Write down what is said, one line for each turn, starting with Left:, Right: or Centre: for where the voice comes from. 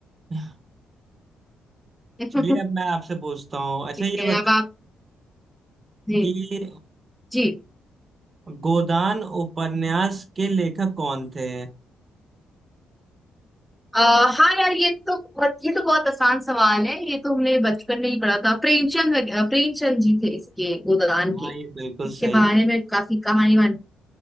Right: <laughs>
Centre: <laughs>
Right: चलिए अब मैं आपसे पूछता हूँ अच्छा
Centre: ठीक
Right: ये
Centre: है
Right: बताइए
Centre: अब आप जी
Right: कि
Centre: जी
Right: गोदान उपन्यास के लेखक कौन थे
Centre: अ, हाँ यार ये तो बहुत ये तो बहुत आसान सवाल है ये तो हमने बचपन में ही पढ़ा था प्रेमचंद वग- अ, प्रेमचंद जी थे इसके गोदान
Right: हाँ
Centre: के
Right: ये बिल्कुल
Centre: उसके
Right: सही
Centre: बारे में काफी कहानी वान